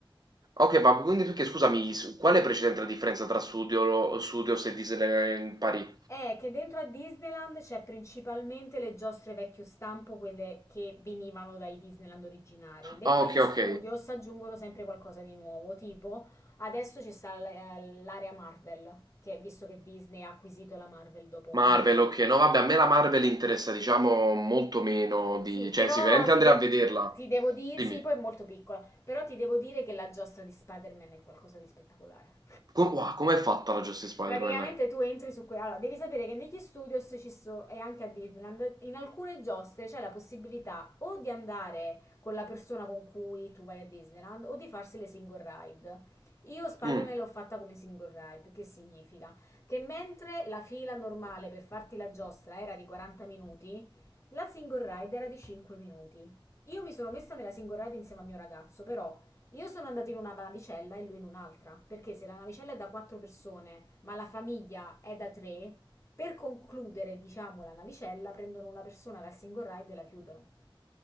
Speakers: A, on the right; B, on the left.
A: Ok, ma quindi perché scusami, s- qual è precedente la differenza tra Studio, Studios e Disneyland Paris?
B: È che dentro a Disneyland c'è principalmente le giostre vecchio stampo, quelle che venivano dai Disneyland originari. Dentro
A: Ah,
B: agli
A: ok, ok.
B: studios aggiungono sempre qualcosa di nuovo, tipo adesso ci sta l- eh, l'area Marvel, che visto che Disney ha acquisito la Marvel dopo
A: Marvel,
B: un po'.
A: ok. No, vabbè, a me la Marvel interessa, diciamo, molto meno di...
B: Sì, però
A: Cioè, sicuramente
B: ti,
A: andrei
B: dev-
A: a vederla.
B: ti devo dire,
A: Dimmi.
B: sì, poi è molto piccola, però ti devo dire che la giostra di Spider-Man è qualcosa di spettacolare.
A: Com- wow, com'è fatta la Justice Spider-Man?
B: Praticamente tu entri su quella. Allora, devi sapere che negli studios ci so, e anche a Disneyland, in alcune giostre c'è la possibilità o di andare con la persona con cui tu vai a Disneyland o di farsi le single ride. Io Spider-Man
A: Mm.
B: l'ho fatta come single ride, che significa che mentre la fila normale per farti la giostra era di 40 minuti, la single ride era di 5 minuti. Io mi sono messa nella single ride insieme al mio ragazzo, però io sono andata in una navicella e lui in un'altra, perché se la navicella è da quattro persone, ma la famiglia è da tre, per concludere, diciamo, la navicella, prendono una persona dal single ride e la chiudono.